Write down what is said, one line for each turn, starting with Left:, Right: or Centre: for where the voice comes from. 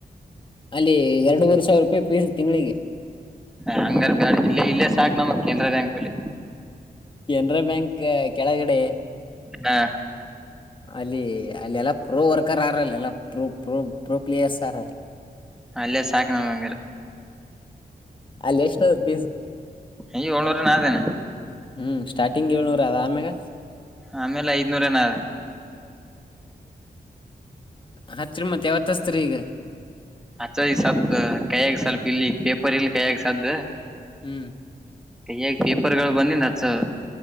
Left: ಅಲ್ಲಿ ಎರಡೂವರೆ ಸಾವಿರ ರೂಪಾಯಿ ಪೀಸ್ ತಿಂಗಳಿಗೆ
Centre: ಹ ಹಂಗರ್ ಬ್ಯಾಡ್ ಇಲ್ಲೇ ಇಲ್ಲೇ ಸಾಕ್ ನಮ ಕೆನರಾ ಬ್ಯಾಂಕ್ ಬಲ್ಲಿ
Left: ಕೆನರಾ ಬ್ಯಾಂಕ್ ಕೆಳಗಡೆ.
Centre: ಹಾ
Left: ಅಲ್ಲಿ ಅಲ್ಲೆಲ್ಲಾ ಪ್ರೋ ವರ್ಕರ್ ಹಾರ ಅಲ್ಲಿ ಎಲ್ಲಾ ಪ್ರೋ ಪ್ರೋ ಪ್ರೋ ಪ್ಲೇಯರ್ಸ್ ಹಾರಲ್ಲಿ
Centre: ಅಲ್ಲೇ ಸಾಕ ನಂಗ್ ಹಂಗೀರ್.
Left: ಅಲ್ಲಿ ಎಷ್ಟದ ಪೀಸು.
Centre: ಈ ಏಳ್ನೂರನ ಆದೇನ
Left: ಹ್ಮ್ ಸ್ಟಾರ್ಟಿಂಗ್ ಏಳ್ನರುದ ಆದ ಆಮ್ಯಾಗ.
Centre: ಆಮೇಲೆ ಐದ್ನೂರೆನಾ ಅದ.
Left: ಹಚ್ರಿ ಮತ್ತ ಯಾವತ್ತ ಹಚ್ತೀರಿ ಈಗ.
Centre: ಹಚ್ಚಾದು ಈಗ ಸದ್ದು ಕೈಯಾಗ ಸ್ವಲ್ಪ್ ಇಲ್ಲಿ ಪೇಪರ್ ಇಲ್ಲಿ ಕೈಯಾಗ ಸದ್ದು.
Left: ಹ್ಮ್
Centre: ಕೈಯಾಗ ಪೇಪರ್ಗಳು ಬನ್ನಿನ ಹಚ್ಚದು.